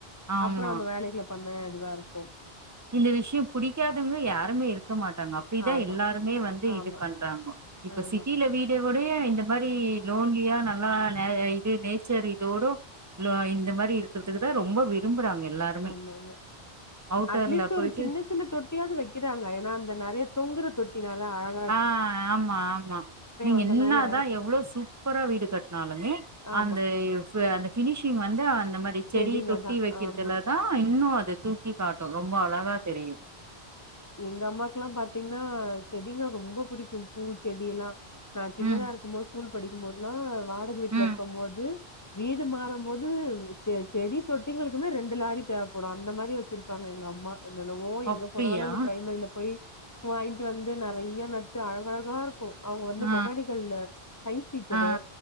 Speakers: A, on the right; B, on the left.
A: ஆமா
B: அப்பறோ நம்ம வேலைக்ள பண்ண இதுவாருக்கு
A: இந்த விஷ்யோ புடிக்காதவங்க யாருமே இருக்க மாட்டாங்க அப்பிடிதா
B: ஆமா
A: எல்லாருமே வந்து
B: ஆமா
A: இது பண்றாங்கோ இப்ப
B: ஆமா
A: சிட்டில வீ லே உடைய இந்த மாரி லோன்லியா நல்லா ந இது நேச்சர் இதோடு லோ இந்த மாரி இருக்கறத்துக்குதா ரொம்ப விரும்புறாங்க எல்லாருமே
B: ஆமா
A: அவுட்டர்ல
B: அட்லீஸ்ட்டு
A: போயிட்டு
B: ஒரு சின்ன சின்ன தொட்டியாவுது வெக்கெறாங்க எனா அந்த நறையா தொங்குற தொட்டி நல்லா அழ
A: அ ஆமா ஆமா நீங்க
B: வந்தனால
A: என்னாதா எவ்ளோ சூப்பரா வீடு கட்னாலுமே
B: ஆமா
A: அந்த இ ஃபூ அந்த ஃபினீஷிங் வந்து அந்த மாரி செடி
B: செடிங்க
A: தொட்டி
B: தா
A: வெக்கெறதுல
B: ஆமா
A: தா இன்னு அது தி ட்டி காட்டு ரொம்ப அழகா தெரியு
B: எங்க அம்மாக்குலா பாத்தீங்ன்னா செடிங்க ரொம்ப புடிக்கு பூ செடி எல்லா நான் சின்னதா
A: ம்,
B: இருக்கும் போது ஸ்கூல் படிக்கும்போதுல்லா வாடக வீட்ல
A: ம்.
B: இருக்கம்போது வீடு மாறம் போது செ செடி தொட்டிங்களுக்குமே ரெண்டு லாரி தேவப்படும் அந்த மாரி வெச்சிருப்பாங்க எங்க அம்மா என்னென்னவோ
A: அப்படியா?
B: எங்க போனாலு இந்த ப்ரைமரில போய் வாங்கிட்டு வந்து நறையா நட்டு அழகழகா இருக்கு அவ்ங்க வந்து
A: ஆ
B: பொட்டானிக்கல்ல சயின்ஸ் டீச்சரு
A: ஆ